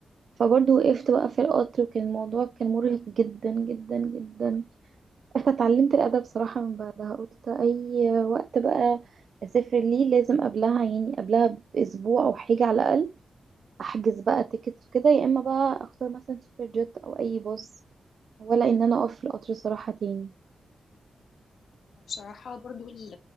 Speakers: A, on the right (about 55°); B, on the left (about 80°).
A: فبرضه
B: كده
A: وقفت بقى في القطر وكان الموضوع كان مرهق جدا جدا جدا انا اتعلمت الادب صراحة من بعدها قلت اي وقت بقى اسافر ليه لازم قبلها يعني قبلها باسبوع او حاجة على الاقل احجز بقى تيكتس وكده يا اما بقى اختار مثلا سوبر جيت او اي باص ولا ان انا اقف في القطر صراحة تاني
B: بصراحة برضو ال-